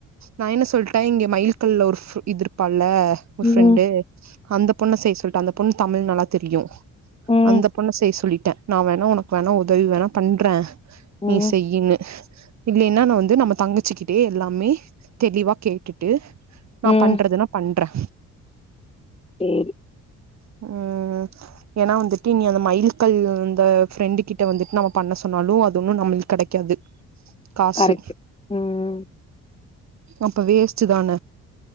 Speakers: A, on the right (about 65°); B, on the left (about 20°).
A: நா என்ன சொல்ட்ட இங்க மயில் கல்ல ஒரு இது இருப்பால ஒரு
B: ம்
A: ஃப்ரெண்டு அந்த பொண்ண செய்ய சொல்ட்டே அந்த பொண்ணு தமிழ் நல்லா தெரியு
B: ம்
A: அந்த பொண்ண செய்ய சொல்லிட்டே நா வேணா உனக்கு வேணா உதவி வேணா பன் ற
B: ம்
A: நீ செய்யின்னு இல்லினா நா வந்து நம்ம தங்கச்சுக்கிட்டே எல்லாமே தெளிவா கேட்டுட்டு நா
B: ம்
A: பண்றதுன்னா பண்ற
B: செரி
A: ம் ஏன்னா வந்துட்டு நீ அந்த மயில்கல் அந்த ஃபெரண்டுகிட்ட வந்துட்டு நம்ம பண்ண சொ சொன்னாலு அது ஒண்ணும் நம்முளுக்கு கெடைக்காது காசு
B: கரெக்ட் ம்
A: அப்ப வேஸ்டு தான